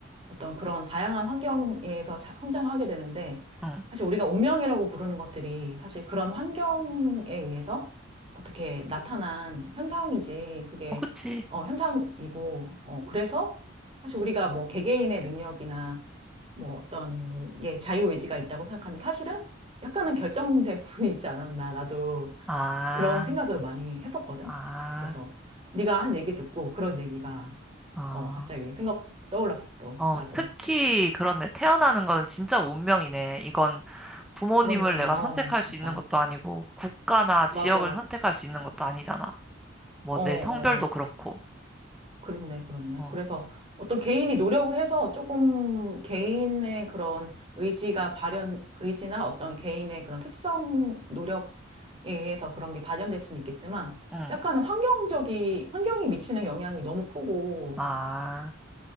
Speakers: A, on the right (about 30°); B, in the centre.
A: 어떤 그런 다양한 환경에서 자- 성장하게 되는데
B: 응.
A: 사실 우리가 운명이라고 부르는 것들이 사실 그런 환경에 의해서 어떻게 나타난 현상이지. 그게
B: 어, 그치.
A: 어, 현상이고, 어, 그래서 사실 우리가 뭐 개개인의 능력이나 뭐 어떤 예 자유의지가 있다고 생각하는데 사실은 약간은 결정된 부분이 있지 않았나 나도
B: 아,
A: 그런 생각을 많이 했었거든.
B: 아,
A: 그래서 네가 한 얘기 듣고 그런 얘기가
B: 어.
A: 어 갑자기 생각 떠올랐어 또
B: 어,
A: 나도
B: 특히 그렇네. 태어나는 거는 진짜 운명이네. 이건 부모님을
A: 그렇네
B: 내가
A: 어
B: 선택할
A: 진짜
B: 수 있는 것도 아니고, 국가나 지역을
A: 맞아
B: 선택할 수 있는 것도 아니잖아. 뭐,
A: 어어
B: 내 성별도 그렇고.
A: 그렇네, 그렇네.
B: 어,
A: 그래서 어떤 개인이 노력을 해서 조금 개인의 그런 의지가 발현, 의지나 어떤 개인의 그런 특성 노력에 의해서 그런 게 발현될 수는 있겠지만
B: 응.
A: 약간 환경적이, 환경이 미치는 영향이 너무 크고
B: 아,